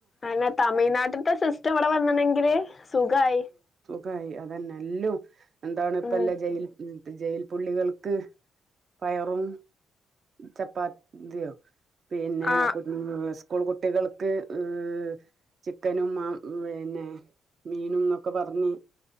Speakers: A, on the left; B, on the right.
A: അല്ല തമിഴ്നാട്ടിൽത്തെ സിസ്റ്റം ഇവ്ടെ വന്ന്ണെങ്കില് സുഗായി
B: ഗായ് അതന്നെ എല്ലൂം എന്താണ് ഇപ്പല്ല
A: ഉം
B: ജയിൽ ഉ ജയിൽ പുള്ളികൾക്ക് പയറും ചപ്പാത്തി ദ്യോ പിന്നെ
A: ആഹ്
B: കുട് സ്കൂൾ കുട്ടികൾ ക്ക്‌ ഏഹ് ചിക്കനും മ പിന്നെ മീനുംന്നൊക്കെ പറഞ്ഞ്